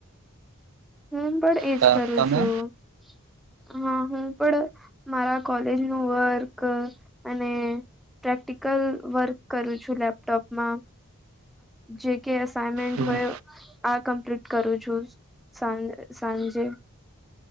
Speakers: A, in the centre; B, on the right.
A: હું પણ એજ
B: ત-
A: કરું
B: તમે
A: છું, હા હું પણ મારા કોલેજનું વર્ક અને પ્રેક્ટિકલ વર્ક કરું છું, લેપટોપમાં જેકે અસાઈનમેન્ટ
B: હમ,
A: હોય આ કમ્પ્લીટ કરું છું, સાંજ સાંજે